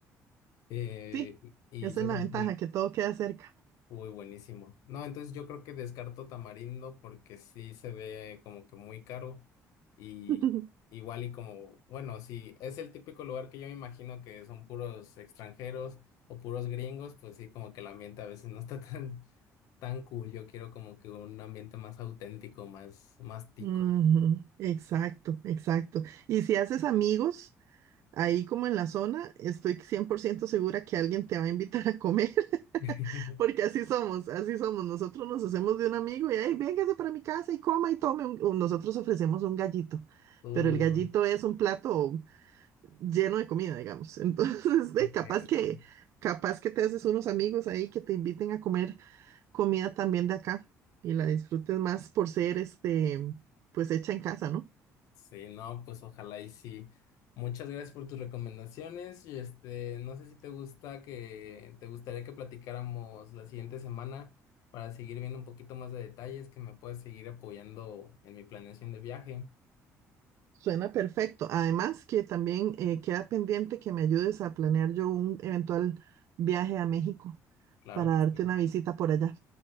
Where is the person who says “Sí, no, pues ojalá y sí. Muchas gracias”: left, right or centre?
Left